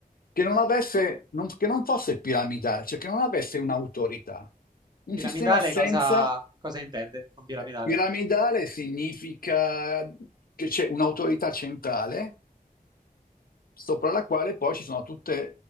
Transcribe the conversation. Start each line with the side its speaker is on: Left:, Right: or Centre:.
Left: che non avesse, non- che non fosse piramidale, cioè che non avesse un'autorità. Un
Right: Piramidale
Left: sistema senza
Right: cosa, cosa intende con piramidale?
Left: piramidale significa che c'è un'autorità centrale sopra la quale poi ci sono tutti